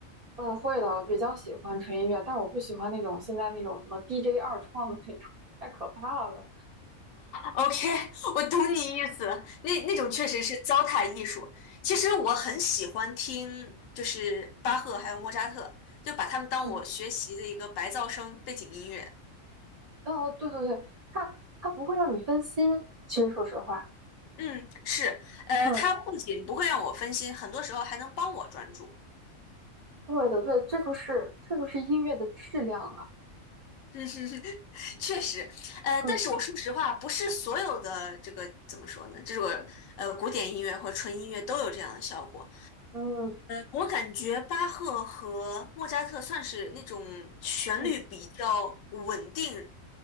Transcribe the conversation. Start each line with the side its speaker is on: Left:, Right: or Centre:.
Right: 嗯，会的，我比较喜欢纯音乐，但是我不喜欢那种现在那种什么 DJ 二创的那种，太可怕了。
Left: OK，我懂你意思。那那种确实是糟蹋艺术。其实我很喜欢听，就是巴赫还有莫扎特，就把他们当我学习的一个白噪声背景音乐。
Right: 嗯，哦，对对对，它它不会让你分心，其实说实话。
Left: 嗯，是，呃，
Right: 嗯
Left: 它不仅不会让我分心，很多时候还能帮我专注。
Right: 对的，对，这就是这就是音乐的质量啊。
Left: <laughs> 嗯哼哼确实，呃，
Right: 嗯
Left: 但是我说实话，不是所有的这个怎么说呢？这个呃古典音乐或纯音乐都有这样的效果。
Right: 嗯
Left: 我感觉巴赫和莫扎特算是那种旋律比较稳定、
Right: 嗯